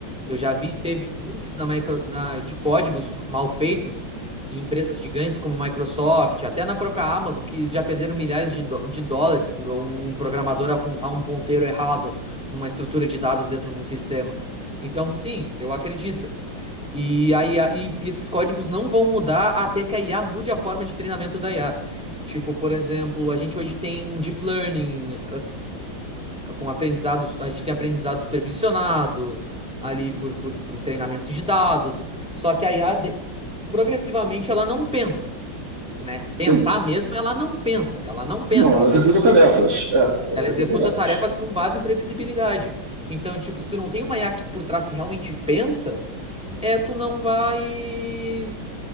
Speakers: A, in the centre; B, on the right.
A: Eu já vi, teve bugs na, micro- na- de códigos mal feitos em empresas gigantes como Microsoft, até na própria Amazon, que já perderam milhares de, dó- de dólares por um programador apontar um ponteiro errado numa estrutura de dados dentro de um sistema. Então, sim, eu acredito. E, a IA, e e esses códigos não vão mudar até que a IA mude a forma de treinamento da IA. Tipo, por exemplo, a gente hoje tem um deep learning, ah, com aprendizados, a gente tem aprendizado supervisionado ali por, por, por treinamento de dados. Só que a IA, de- progressivamente, ela não pensa, né? Pensar
B: Sim,
A: mesmo, ela não pensa, ela não
B: Não,
A: pensa,
B: ela
A: ela não
B: executa
A: inter...
B: tarefas. É,
A: Ela
B: ela
A: executa
B: executa tarefas.
A: tarefas com base em previsibilidade. Então, tipo, se tu não tem uma IA aqui por trás que realmente pensa é tu não vai